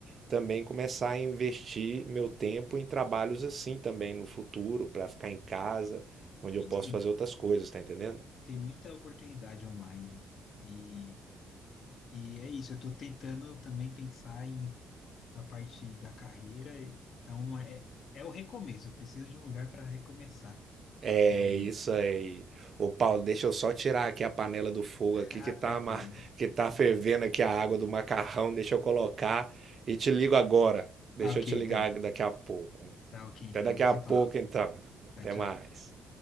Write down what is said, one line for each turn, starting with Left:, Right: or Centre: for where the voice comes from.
Right: também começar a investir meu tempo em trabalhos assim também no futuro, para ficar em casa, onde
Left: Isso,
Right: eu posso
Left: tem,
Right: fazer outras coisas, tá entendendo?
Left: tem muita oportunidade online, né? E, e é isso, eu estou tentando também pensar em a parte da carreira, então é, é o recomeço, eu preciso de um lugar para recomeçar,
Right: É
Left: realmente.
Right: isso aí. Ô Paulo, deixa eu só tirar aqui a panela do fogo
Left: <laughs>
Right: aqui
Left: Ah,
Right: que tá,
Left: tranquilo,
Right: ma-
Left: irmão.
Right: <laughs> que tá fervendo aqui a água do macarrão. Deixa eu colocar e te ligo agora. Deixa
Left: Tá ok,
Right: eu te
Left: então.
Right: ligar daqui a pouco.
Left: Tá ok,
Right: Até
Left: então.
Right: daqui
Left: A gente
Right: a
Left: se
Right: pouco,
Left: fala.
Right: então.
Left: Tchau,
Right: Até
Left: tchau.
Right: mais.